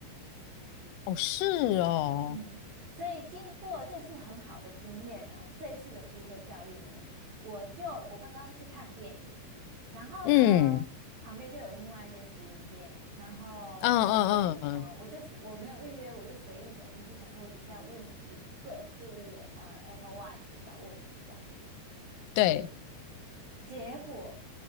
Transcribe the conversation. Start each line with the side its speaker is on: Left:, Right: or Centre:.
Left: 哦是哦，
Right: 嗯，所以经过这次很好的经验呢，这次的机会教育呢，我就我刚刚去看电影，然后呢，
Left: 嗯。
Right: 旁边就有另外一间直营店，然后
Left: 嗯嗯嗯嗯，
Right: 呃，我就是我没有预约，我就随意走进去，想说我只是要问一个就是呃 Apple Watch 的小问题这样子，
Left: 对
Right: 结果